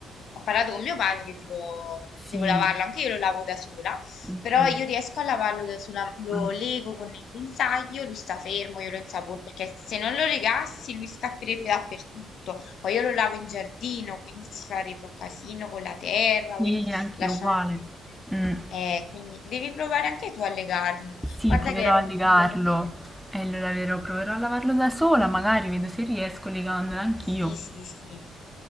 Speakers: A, on the left; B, in the centre.
A: Ho parlato con mio padre che devo,
B: Sì,
A: devo lavarlo, anche io lo lavo da sola,
B: anch'io.
A: Però io riesco a lavarlo sulla, lo
B: Ah,
A: lego con il guinzaglio, lui sta fermo, io lo insapono, perché se non lo legassi lui scapperebbe dappertutto. Poi io lo lavo in giardino, quindi si farebbe un casino con la terra,
B: Sì,
A: quindi
B: anch'io
A: lasciamo
B: uguale.
A: perdere.
B: Mm.
A: Eh, quindi devi provare anche tu a legarlo.
B: Sì,
A: Guarda
B: proverò
A: che è
B: a
A: molto
B: legarlo.
A: divertente.
B: E allora vero, proverò a lavarlo da sola, magari vedo se riesco legandolo anch'io.
A: Sì, sì, sì.